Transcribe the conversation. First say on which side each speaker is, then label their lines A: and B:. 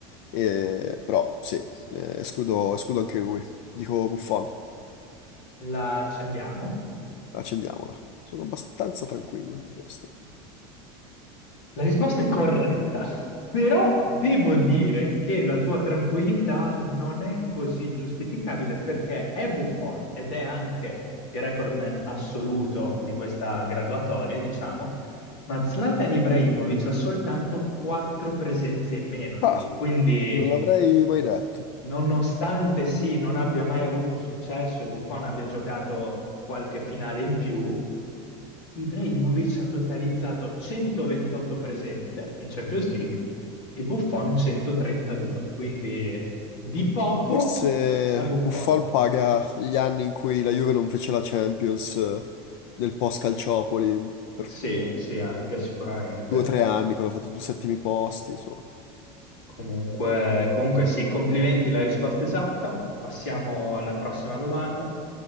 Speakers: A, on the left; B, on the left.
A: E- però sì, eh, escludo, escludo anche lui. Dico Buffon,
B: La accendiamo.
A: accendiamola. Sono abbastanza tranquillo in questo.
B: La risposta è corretta, però devo dire che la tua tranquillità non è così giustificabile perché è Buffon ed è anche il recordman assoluto di questa graduatoria, diciamo, ma Zlatan Ibrahimovic ha soltanto quattro presenze in meno di
A: Ah.
B: lui, quindi
A: Non l'avrei mai detto.
B: Nonostante sì, non abbia mai avuto successo e Buffon abbia giocato qualche finale in più, Ibrahimovic ha totalizzato 128 presenze in Champions League e Buffon 132, quindi di poco
A: Forse
B: è Buffon.
A: Buffon paga gli anni in cui la Juve non fece la Champions eh, nel post-Calciopoli per
B: Sì, sì, anche sicuramente.
A: due o tre
B: Eh,
A: anni, quando ha fatto due settimi posti, insomma.
B: Comunque, comunque sì, complimenti, la risposta esatta. Passiamo alla prossima domanda.